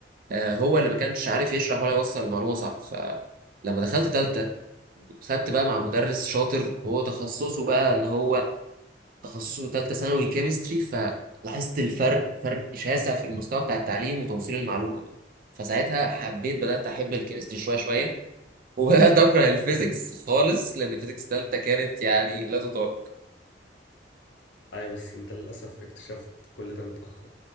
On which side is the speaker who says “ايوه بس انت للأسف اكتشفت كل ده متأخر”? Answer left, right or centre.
Left